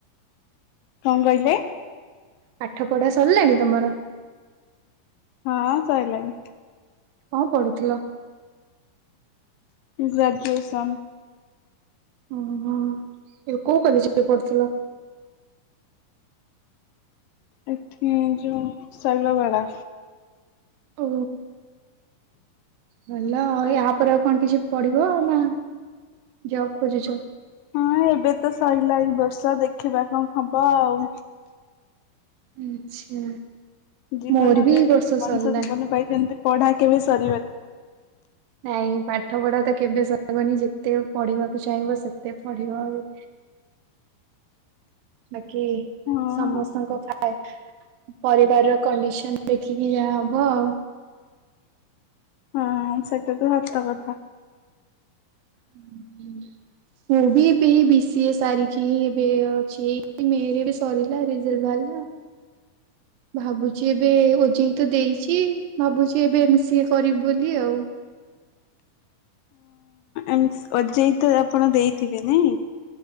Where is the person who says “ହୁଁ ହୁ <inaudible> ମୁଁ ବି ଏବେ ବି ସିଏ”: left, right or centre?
Right